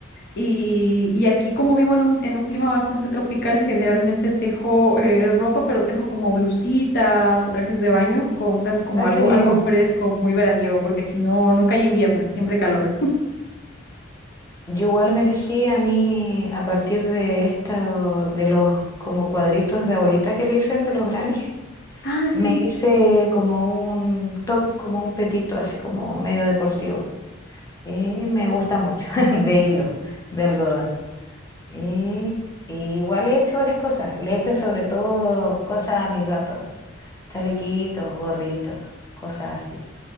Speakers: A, on the left (about 55°); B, on the left (about 15°).
A: Y, y aquí como vivo en un, en un clima bastante tropical, generalmente tejo eh, ropa, pero tejo como blusitas o trajes de baño, cosas como
B: Ah,
A: algo,
B: qué Bueno.
A: algo
B: lindo.
A: fresco, muy veraniego, porque aquí no, nunca hay invierno, es siempre calor.
B: Yo igual me tejí a mí a partir de esta, de los como cuadritos de abuelita que le dicen de los granny.
A: Ah, sí,
B: Me hice como un top, como un petito, así como medio deportivo. Y me gusta mucho, <laughs> de hilo, de algodón. Y, y igual he hecho varias cosas. Le he hecho sobre todo cosas a mis gatos, chalequitos, gorritos, cosas así.